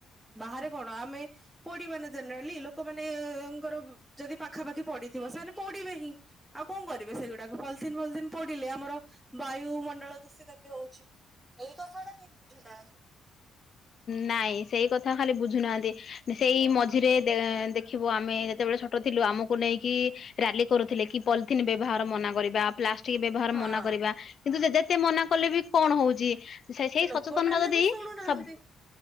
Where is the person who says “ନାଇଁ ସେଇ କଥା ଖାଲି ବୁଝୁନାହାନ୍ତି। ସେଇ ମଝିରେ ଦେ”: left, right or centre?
Left